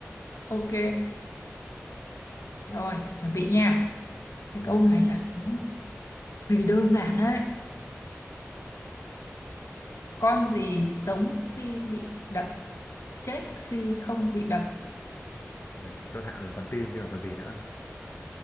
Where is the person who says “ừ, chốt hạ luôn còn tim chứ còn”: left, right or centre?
Left